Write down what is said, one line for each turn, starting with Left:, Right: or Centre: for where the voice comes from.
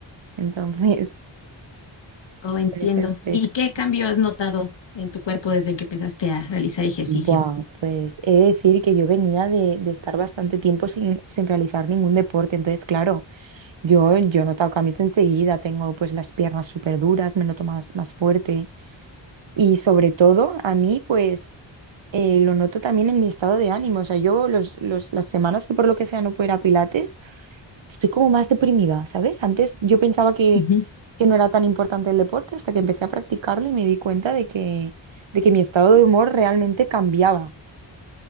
Right: entonces,
Left: Oh,
Right: <laughs>
Left: entiendo.
Right: en ese aspecto.
Left: ¿Y qué cambio has notado en tu cuerpo desde que empezaste a realizar ejercicio?
Right: Buah, pues he de decir que yo venía de, de estar bastante tiempo sin, sin realizar ningún deporte, entonces, claro. Yo, yo he notado cambios enseguida, tengo pues las piernas súper duras, me noto más, más fuerte y sobre todo a mí pues eh, lo noto también en mi estado de ánimo, o sea, yo los, los, las semanas que por lo que sea no puedo ir a Pilates, estoy como más deprimida, ¿sabes? Antes yo pensaba que,
Left: Ujú.
Right: que no era tan importante el deporte hasta que empecé a practicarlo y me di cuenta de que, de que mi estado de humor realmente cambiaba,